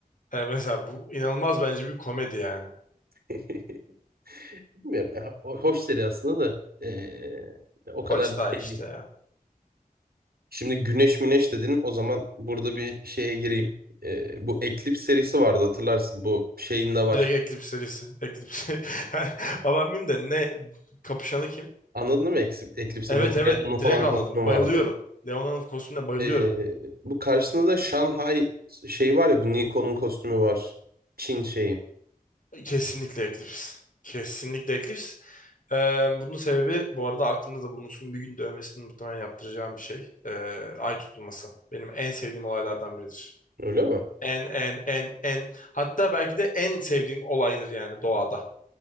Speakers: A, on the left; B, on the right.
A: E, mesela bu inanılmaz bence bir komedi yani.
B: <laughs> Bilmiyorum ya. O- Hoş seri aslında da ee, o kadar
A: Polis
B: da
A: daha
B: şey
A: iyi işte
B: değil.
A: ya.
B: Şimdi Güneş Müneş dedin. O zaman burada bir şeye gireyim. Ee, bu Eclipse serisi vardı hatırlarsın. Bu şeyin de var.
A: Direkt Eclipse serisi. Eclipse. <laughs> Abartmayayım da ne kapışanı kim?
B: Anladın mı Eclipse? Eclipse
A: Evet
B: bu
A: evet
B: Leon'un falan
A: direkt anladım.
B: kostümü
A: Bayılıyorum.
B: vardı.
A: Leona'nın kostümüne bayılıyorum.
B: Ee, bu karşısında da Shanghai şey var ya bu Nikon'un kostümü var. Çin şeyi.
A: Kesinlikle Eclipse. Kesinlikle Eclipse. Ee, bunun sebebi bu arada aklımda da bulunsun. Bir gün dövmesini muhtemelen yaptıracağım bir şey. Ee, ay tutulması. Benim en sevdiğim olaylardan biridir.
B: Öyle mi?
A: En en en en. Hatta belki de en sevdiğim olaydır yani doğada.